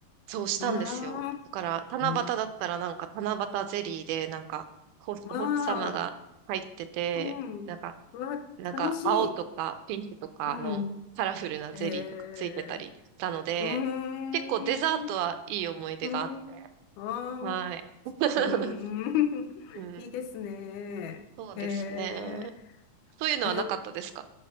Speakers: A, on the right; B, on the left.
A: そうしたんですよ。
B: うわー、
A: だから、七夕だったらなんか七夕ゼリーで、
B: うん。
A: なんか、ほお星様が入ってて、
B: うわー、うん。
A: なんか、
B: うわ、
A: なんか青とかピンクとかのカラフルなゼリーとかついてたりしたので、
B: 楽しい。うん。ええ、うーん。
A: 結構デザートはいい思い出があって、
B: うん。あ
A: はい。
B: あ。
A: <laughs>
B: うーん、
A: うん
B: <laughs> いいですね。
A: そうですね。
B: へえ。
A: そういうのはなかったですか
B: あの、